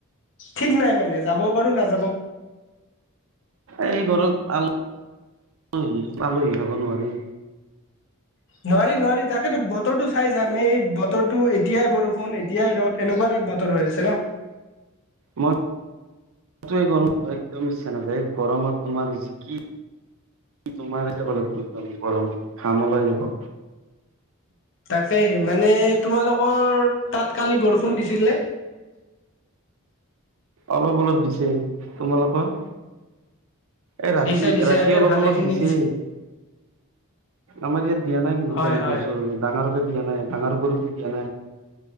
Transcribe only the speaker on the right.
এই ঘৰত আল অ' আলহী খাব নোৱাৰি।
মই <unintelligible> একদম ইচ্ছা নাযায় গৰমত তোমাৰ যে কি কি তোমাৰ যাব গৰমতে ঘাম ওলাই যাব।
অলপ অলপ দিছে তোমালোকৰ? এ ৰাতি
ৰাতি
অলপ
অলপ
দিছে। আমাৰ ইয়াত দিয়া নাই কিন্তু
তেনেকে
জ ডাঙৰকে দিয়া নাই ডাঙৰ বৰষুন দিয়া নাই।